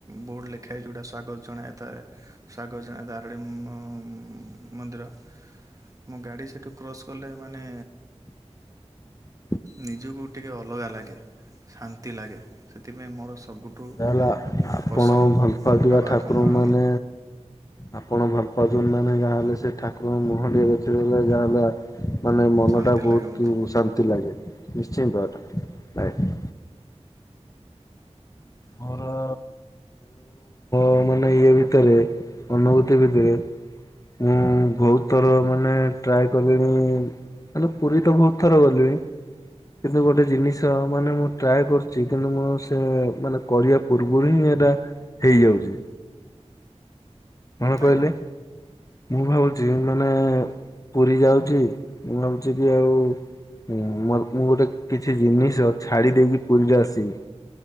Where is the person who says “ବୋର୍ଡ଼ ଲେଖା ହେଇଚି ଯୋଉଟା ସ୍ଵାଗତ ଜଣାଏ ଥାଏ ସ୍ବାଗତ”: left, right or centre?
Right